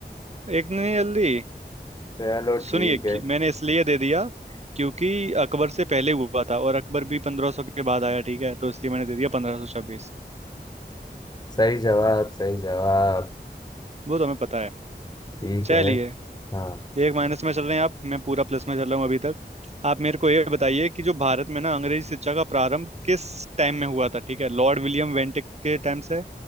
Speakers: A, on the right; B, on the left.
A: एक नहीं जल्दी
B: चलो ठीक
A: सुनिए कि-
B: है
A: मैंने इसलिए दे दिया क्योंकि अकबर से पहले हुआ था और अकबर भी पंद्रह सौ के बाद आया ठीक है तो इसलिए मैंने दे दिया पंद्रह सौ छब्बीस
B: सही जवाब सही जवाब
A: वो तो हमें पता है
B: ठीक
A: चलिए
B: है हाँ
A: एक माइनस में चल रहे हैं आप मैं पूरा प्लस में चल रहा हूँ अभी तक आप मेरे को ये बताइए कि जो भारत में ना अंग्रेजी शिक्षा का प्रारंभ किस टाइम में हुआ था ठीक है लॉर्ड विलियम वेंटिक के टाइम से